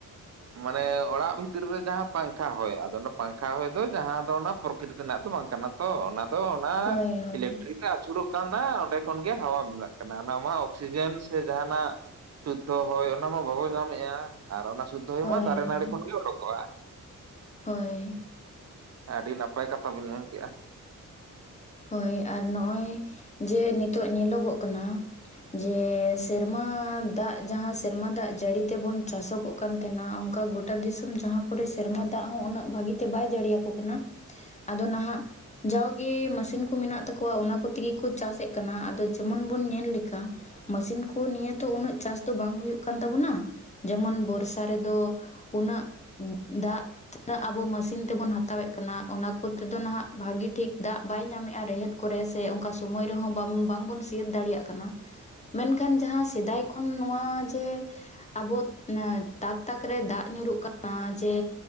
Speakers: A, on the right; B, on the left.
A: ᱢᱟᱱᱮ ᱚᱲᱟᱜ ᱵᱷᱤᱛᱤᱨ ᱨᱮ ᱡᱟᱦᱟᱸ ᱯᱟᱝᱠᱷᱟ ᱦᱚᱭ ᱟᱫᱚ ᱚᱱᱟ ᱯᱟᱝᱠᱷᱟ ᱦᱚᱭ ᱫᱚ ᱡᱟᱦᱟᱸ ᱫᱚ ᱚᱱᱟ ᱯᱨᱚᱠᱨᱤᱛ ᱨᱮᱱᱟᱜ ᱫᱚ ᱵᱟᱝ ᱠᱟᱱᱟ ᱛᱚ ᱚᱱᱟ ᱫᱚ ᱚᱱᱟ
B: ᱦᱳᱭ ᱦᱳᱭ
A: ᱤᱞᱮᱠᱴᱨᱤᱠ ᱟᱹᱪᱩᱨᱚᱜ ᱠᱟᱱᱟ ᱚᱸᱰᱮ ᱠᱷᱚᱱᱜᱮ ᱦᱟᱣᱟ ᱵᱮᱟᱜ ᱠᱟᱱᱟ ᱚᱱᱟ ᱢᱟ ᱚᱠᱥᱤᱡᱮᱱ ᱥᱮ ᱡᱟᱦᱟᱱᱟᱜ ᱥᱩᱫᱽᱫᱷᱚ ᱦᱚᱭ ᱚᱱᱟ ᱢᱟ ᱵᱟᱵᱚ ᱧᱟᱢᱮᱫᱼᱟ ᱟᱨ ᱚᱱᱟ ᱥᱩᱫᱽᱫᱷᱚ ᱦᱩᱭᱩᱜ
B: ᱦᱳᱭ
A: ᱢᱟ ᱫᱟᱨᱮ
B: ᱦᱳᱭ
A: ᱱᱟᱹᱲᱤ ᱠᱷᱚᱱ ᱜᱮ ᱚᱰᱚᱠᱚᱜᱼᱟ
B: ᱦᱳᱭ
A: ᱟᱹᱰᱤ ᱱᱟᱯᱟᱭ ᱠᱟᱛᱷᱟ ᱵᱤᱱ ᱢᱮᱱ ᱠᱮᱜᱼᱟ
B: ᱦᱳᱭ ᱟᱨ ᱱᱚᱜᱼᱚᱭ ᱡᱮ ᱱᱤᱛᱚᱜ ᱧᱮᱞᱚᱜᱚᱜ ᱠᱟᱱᱟ ᱡᱮ ᱥᱮᱨᱢᱟ ᱫᱟᱜ ᱡᱟᱦᱟᱸ ᱥᱮᱨᱢᱟ ᱫᱟᱜ ᱡᱟᱹᱲᱤ ᱛᱮᱵᱚᱱ ᱪᱟᱥᱚᱜᱚᱜ ᱠᱟᱱ ᱛᱟᱦᱮᱱᱟ ᱚᱱᱠᱟ ᱜᱚᱴᱟ ᱫᱤᱥᱚᱢ ᱡᱟᱦᱟᱸ ᱠᱚᱨᱮ ᱥᱮᱨᱢᱟ ᱫᱟᱜ ᱦᱚᱸ ᱩᱱᱟᱹᱜ ᱵᱷᱟᱹᱜᱤ ᱛᱮ ᱵᱟᱭ ᱡᱟᱲᱮᱩᱟᱠᱚ ᱠᱟᱱᱟ ᱟᱫᱚ ᱱᱟᱦᱟᱜ ᱡᱟᱣᱜᱮ ᱢᱟᱼᱼ ᱴᱤᱱ ᱠᱚ ᱢᱮᱱᱟᱜ ᱛᱟᱠᱚᱣᱟ ᱚᱱᱟ ᱠᱚ ᱛᱮᱜᱮ ᱠᱚ ᱪᱟᱥ ᱮᱫ ᱠᱟᱱᱟ ᱟᱫᱚ ᱡᱮᱢᱚᱱ ᱵᱚᱱ ᱧᱮᱞ ᱞᱮᱠᱟ ᱢᱟ. ᱥᱤᱱ ᱠᱚ ᱱᱤᱭᱟᱹ ᱛᱚ ᱩᱱᱟᱹᱜ ᱪᱟᱥ ᱫᱚ ᱵᱟᱝ ᱦᱩᱭᱩᱜ ᱠᱟᱱ ᱛᱟᱵᱳᱱᱟ ᱡᱮᱢᱚᱱ ᱵᱚᱨᱥᱟ ᱨᱮᱫᱚ ᱩᱱᱟ. ᱜ ᱫᱟᱜ ᱛᱤᱱᱟᱹᱜ ᱟᱵᱚ ᱢᱮᱥᱤᱱ ᱛᱮᱵᱚᱱ ᱦᱟᱛᱟᱣᱮᱫ ᱠᱟᱱᱟ ᱚᱱᱟ ᱠᱚᱛᱮᱫᱚ ᱱᱟᱦᱟᱜ ᱵᱷᱟᱜᱤ ᱴᱷᱤᱠ ᱫᱟᱜ ᱵᱟᱭ ᱧᱟᱢᱮᱫ ᱨᱮᱦᱮᱫ ᱠᱚᱨᱮ ᱥᱮ ᱚᱱᱠᱟ ᱥᱚᱢᱚᱭ ᱨᱮᱦᱚᱸ ᱵᱟᱝᱵᱚᱱ ᱥᱤᱮᱨ ᱫᱟᱲᱮᱭᱟᱜ ᱠᱟᱱᱟ ᱢᱮᱱᱠᱷᱟᱱ ᱡᱟᱦᱟᱸ ᱥᱮᱫᱟᱭ ᱠᱷᱚᱱ ᱱᱚᱣᱟ ᱡᱮ ᱟᱵᱚ ᱛᱟᱠ ᱛᱟᱠ ᱨᱮ ᱫᱟᱜ ᱧᱩᱨᱩᱜ ᱠᱟᱱᱟ ᱡᱮ